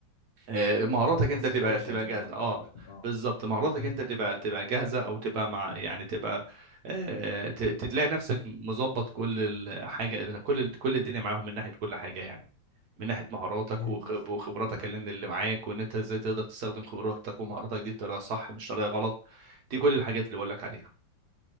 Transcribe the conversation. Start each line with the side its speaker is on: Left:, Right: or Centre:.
Right: آه، مهاراتك
Left: عندك بتاع
Right: انت
Left: السيتويشنز
Right: تبقى تبقى
Left: اللي
Right: جاهزه
Left: هتقابلك
Right: اه
Left: اه
Right: بالظبط مهاراتك
Left: أكيد
Right: انت تبقى تبقى جاهزه او تبقى مع يعني تبقى آه، ت- تلاقي نفسك مظبط كل الحاجه كل كل الدنيا معاهم من ناحيه كل حاجه يعني من ناحيه مهاراتك
Left: اكيد
Right: وخب-
Left: بالظبط
Right: وخبراتك اللي اللي معاك وان انت ازاي تقدر تستخدم خبراتك ومهاراتك دي بطريقه صح مش طريقه غلط دي كل الحاجات اللي بقول لك عليها